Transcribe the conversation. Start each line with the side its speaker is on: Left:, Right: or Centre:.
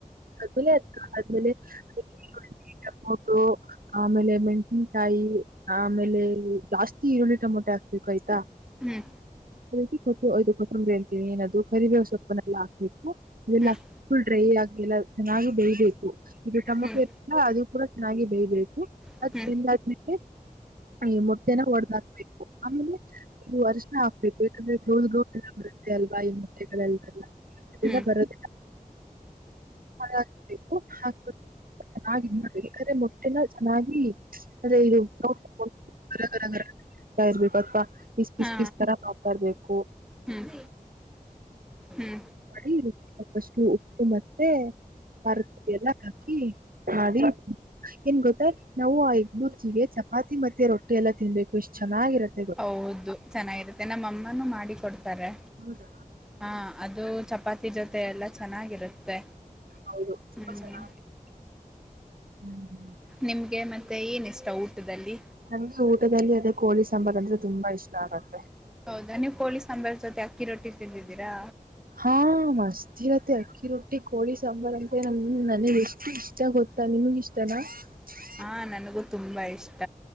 Right: ಹಾಕಿ ಆದ್ಮೇಲೆ <unintelligible> ಟಮೋಟೋ ಆಮೇಲೆ <unintelligible> ಮೆಣಸಿನಕಾಯಿ ಆಮೇಲೆ ಜಾಸ್ತಿ ಈರುಳ್ಳಿ ಟೊಮೊಟೆ ಹಾಕ್ಬೇಕು ಆಯ್ತಾ.
Centre: ಹ್ಮ್
Right: ಮೆಂತಿ ಸೊಪ್ಪು ಅದು ಕೊತ್ತಂಬರಿ ಅಂತೀವಿ ಏನದು ಸ್ವಪ್ಪ ಎಲ್ಲಾ ಹಾಕ್ಬೇಕು. ಅದೆಲ್ಲ
Centre: ಹ್ಮ್
Right: ಫುಲ್ ಡ್ರೈ ಆಗಿ ಎಲ್ಲಾ ನಾನು ಡೈಲಿ ಉಪ್ಪು <unintelligible> ಇದು ಟೊಮೊಟೋ
Centre: ಹ್ಮ್
Right: ಇತ್ತ ಅಲ್ಲ ಅದು ಕೂಡ ಚೆನ್ನಾಗಿ ಬೆೇಯ್ಬೇಕು
Centre: ಹ್ಮ್
Right: ಅದು ಬೆಂದ ಆದಮೇಲೆ. ಈ ಮೊಟ್ಟೆನ ಓಡಾದ ಹಾಕ್ಬೇಕು ಆಮೇಲೆ ಅರಿಶಿನ ಹಾಕ್ಬೇಕು ಯಾಕಂದ್ರೆ ಗೋದ ಗೋ ಬರುತ್ತೆ ಅಲ್ವಾ ಈ ಮೊಟ್ಟೆಗಳೆಲ್ಲೆಲ್ಲ ಅದೆಲ್ಲ
Centre: ಹ್ಮ್
Right: ಬರೋದಿಲ್ಲ. <unintelligible> ಹಾಕ್ಬೇಕು ಹಾ ಮೂಟೆ ನಾ ಯಾಕಂದ್ರೆ ಮೊಟ್ಟೆನ ಚೆನ್ನಾಗಿ <unintelligible> ಪೀಸ್ ಪೀಸ
Centre: ಹಾ
Right: ಪೀಸ್ ತರ ಮಾಡಾತಾ ಇರಬೇಕು.
Centre: ಹ್ಮ್ ಹ್ಮ್
Right: ಮಾಡಿ ಫಸ್ಟ್ ಉಪ್ಪು ಮತ್ತೆ. ಖಾರದ ಪುಡಿ ಎಲ್ಲ ಹಾಕಿ ಖಾಲಿ. ಏನ್ ಗೊತ್ತಾ ನಾವು ಆ ಎಗ್ಬುರ್ಜಿ ಜೊತೆ ಚಪಾತಿ ಮತ್ತೆ ರೊಟ್ಟಿ ಎಲ್ಲಾ ತಿನ್ಬೇಕು ಎಷ್ಟ ಚೆನ್ನಾಗಿರುತ್ತೆ
Centre: ಹೌದು ಚೆನ್ನಾಗಿರುತ್ತೆ ನಮ್ಮ ಅಮ್ಮನ ಮಾಡಿ ಕೊಡ್ತಾರೆ.
Right: ಹೌದಾ
Centre: ಹಾ ಅದು ಚಪಾತಿ ಜೊತೆ ಎಲ್ಲ ಚೆನ್ನಾಗಿರುತ್ತೆ
Right: ಹೌದು ತುಂಬಾ
Centre: ಹ್ಮ್
Right: ಚೆನ್ನಾಗಿ ಹ್ಮ್
Centre: ನಿಮ್ಗೆ ಮತ್ತೆ ಏನ ಇಷ್ಟ ಊಟದಲ್ಲಿ.
Right: ನಮಗೆ ಊಟದಲ್ಲಿ ಅದೇ ಕೋಳಿ ಸಾಂಬಾರ್ ಅಂದ್ರೆ ತುಂಬಾ ಇಷ್ಟ ಆಗತ್ತೆ.
Centre: ಹೌದಾ ನೀವು ಕೊಳ್ಳಿ ಸಾಂಬಾರಾ ಜೊತೆ ಅಕ್ಕಿ ರೊಟ್ಟಿ ತಿಂದಿದ್ದೀರಾ.
Right: ಹಾ ಮಸ್ತ್. ಇರುತೆ ಅಕ್ಕಿ ರೊಟ್ಟಿ ಕೋಳಿ ಸಾಂಬಾರ್ ಅಂದ್ರೆ ನಂಗ್ ನನಗೆ ಎಷ್ಟು ಇಷ್ಟ ಗೊತ್ತಾ ನಿಮಗ ಇಷ್ಟನಾ? <unintelligible>
Centre: ಹಾ ನನಗೂ ತುಂಬಾ ಇಷ್ಟ